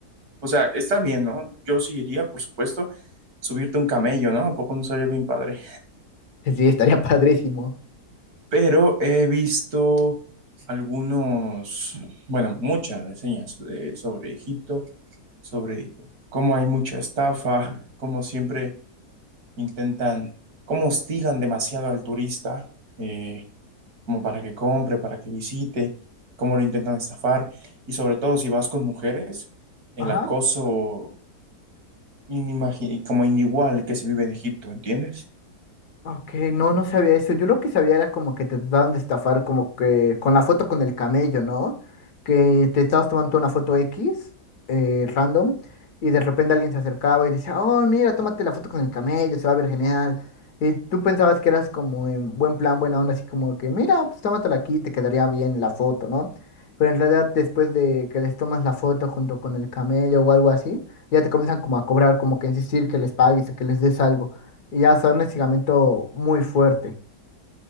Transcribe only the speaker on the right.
O sea, está bien, ¿no? Yo sí iría, por supuesto, subirte un camello, ¿no? ¿A poco no sería bien padre?
Pero he visto algunos, bueno, muchas reseñas eh, sobre Egipto, sobre cómo hay mucha estafa, cómo siempre intentan, cómo hostigan demasiado al turista, eh, como para que compre, para que visite, cómo lo intentan estafar, y sobre todo si vas con mujeres, el
acoso inimagi- como inigual que se vive en Egipto, ¿entiendes?